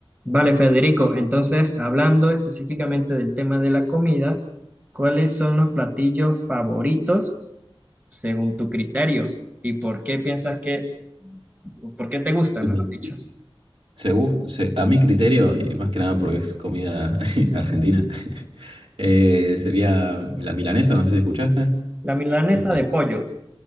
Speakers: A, on the right; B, on the right.
A: Vale, Federico, entonces hablando específicamente del tema de la comida, ¿cuáles son los platillos favoritos según tu criterio? ¿Y por qué piensas que, por qué te gustan,
B: Y-
A: mejor dicho?
B: y Según, se- a mi criterio, y más que nada porque es comida <laughs> argentina, <laughs> eh, sería la milanesa, no sé si escuchaste.
A: La milanesa
B: Mila-
A: de pollo.